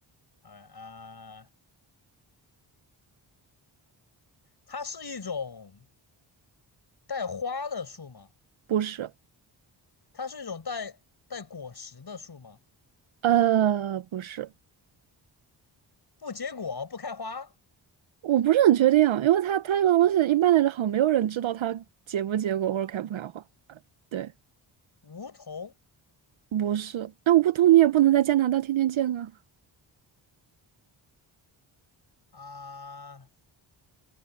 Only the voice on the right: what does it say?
不是，
呃，不是，
我不是很确定啊，因为它它这个东西一般来说好像没有人知道它结不结果或者开不开花，对，
不是，那我不通你也不能在加拿大天天见啊，